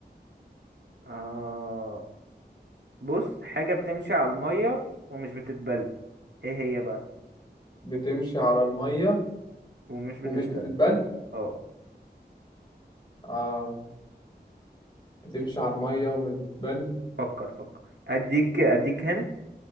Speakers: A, on the right; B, on the left.
A: آه بص حاجة بتمشي على المية ومش بتتبل ايه هي بقى
B: بتمشي على المية
A: ومش بتتبل
B: ومش بتتبل
A: اه
B: اه بتمشي على المية ومش بتتبل
A: فكر فكر اديك اديك هن